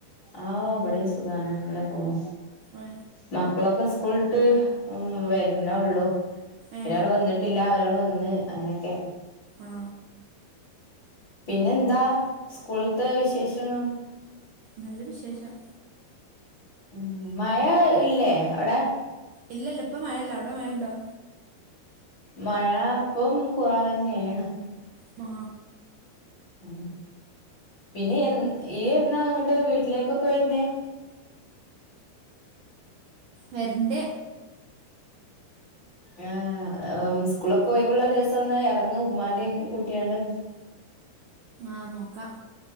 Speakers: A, on the left; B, on the right.
A: ആഹ് ഇവിടെ സുഖാണ് അങ്ങനെ പോണ്
B: ഏ
A: മക്കളൊക്കെ സ് കൂൾട്ട് ഉ വര്‌നേ ഒള്ളൂ
B: ഏ
A: ഒരാൾ വന്ന് ഒരാൾ വന്ന് അങ്ങനൊക്കെ
B: ആ
A: പിന്നെ എന്താ സ്കൂൾത്തെ വിശേഷങ്ങൾ
B: നല്ല വിശേഷം
A: ഉം മഴ ഇല്ലേ അവിടെ?
B: ഇല്ല ല്ല ഇപ്പ മയല്ലഅവിടെ മയണ്ടോ?
A: മഴ പ്പം കുറവന്നെണ്
B: മാ
A: ഉം പിന്നെ എ ഈ എന്നാ അങ്ങട്ട് വീട്ടിലേക്കൊക്കെ വര്ന്നേ
B: വരണ്ട്
A: ആ അംമ് സ്കൂളൊക്കെ ഒഴിവുള്ള ദിവസം ത്തൊന്ന് ഇറങ്ങ് ഉമ്മാന്റെ കുട്ടിയാണ്ട്
B: ആ നോക്ക